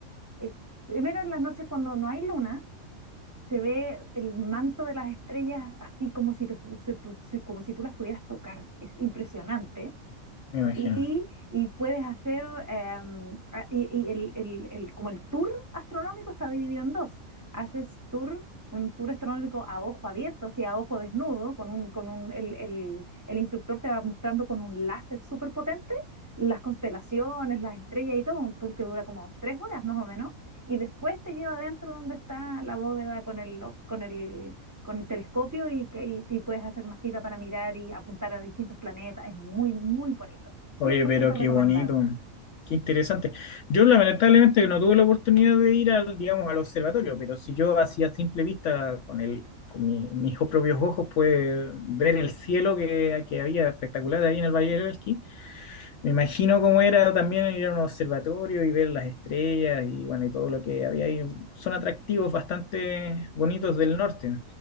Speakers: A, on the right; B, on the left.
A: eh, primero en las noches cuando no hay luna, se ve el manto de las estrellas así como si, te fu- si tú si- como si tú las pudieras tocar. Es impresionante.
B: me imagino.
A: y, y puedes hacer, em, a- y, y el, el- el- como el tour astronómico está dividido en dos. Haces tour, un tour astronómico a ojo abierto, o sea, a ojo desnudo, con un, con un, el, el- el instructor te va mostrando con un láser súper potente las constelaciones, las estrellas y todo, un tour que dura como tres horas más o menos, y después te lleva adentro donde está la bóveda con el, con el, con el telescopio y, y y puedes hacer una fila para mirar y apuntar a distintos planetas. Es muy, muy bonito.
B: Oye,
A: 100%
B: pero qué
A: recomendable.
B: bonito, qué interesante. Yo lamentablemente no tuve la oportunidad de ir al, digamos, al observatorio, pero si yo hacía simple vista con el, con mi- mis propios ojos, pues ver el cielo que, que había espectacular ahí en el Valle del Elqui. Me imagino cómo era también ir a un observatorio y ver las estrellas y bueno, y todo lo que había ahí. Son atractivos bastante bonitos del norte.